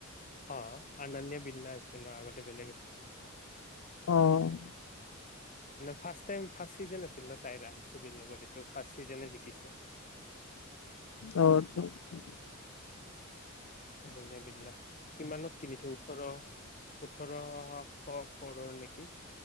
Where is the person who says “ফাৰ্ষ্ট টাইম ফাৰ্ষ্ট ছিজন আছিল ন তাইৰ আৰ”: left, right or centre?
Left